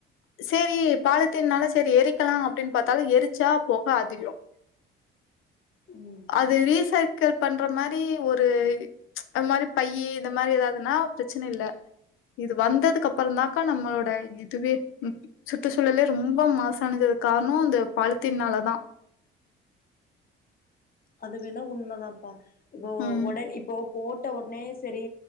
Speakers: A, on the left (about 75°); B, on the left (about 45°).
A: சரி பாலித்தீன்னால சரி எரிக்கலாம் அப்டின்னு பாத்தாலும் எரிச்சா பொக அதிகோம்
B: ம்
A: அது ரீசைக் க்கள் பண்ற மாரி ஒரு அ மாரி பையி இந்த மாரி ஏதாவதுன்னா பிரச்சனை இல்ல இது வந்ததுக்கு அப்புறந்தாக்கா நம்ளோட இதுவே சுற்றுச்சூழலே ரொம்ப மாசானதே காரணம் இந்த பலித்தீன்னால தான்
B: அது வேணா உண்மைதான்ப்பா இப்போ
A: ம்
B: உட இப்போ போட்ட உடனே சரி